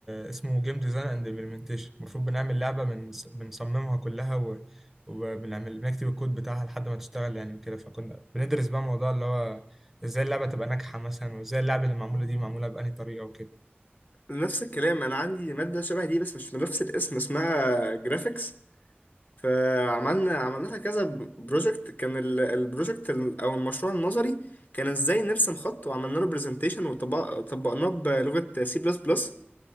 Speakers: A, in the centre; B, on the left.
A: اسمه جيم ديزاين أند إمبلمنتيشن المفروض بنعمل لعبة بن... بنصممها كلها و... وبنعمل بنكتب الكود بتاعها لحد ما تشتغل يعني وكده فكنا بندرس بقى موضوع اللي هو إزاي اللعبة تبقى ناجحة مثلا وإزاي اللعبة اللي معمولة دي معمولة بأنهي طريقة وكده
B: نفس الكلام انا عندي مادة شبه دي بس مش بنفس الاسم اسمها جرافيكس فعملنا عملنا كذا بروجكت كان ال- البروجكت ال- او المشروع النظري كان ازاي نرسم خط وعملنا له برزنتيشن وطبقناه بلغة سي بلس بلس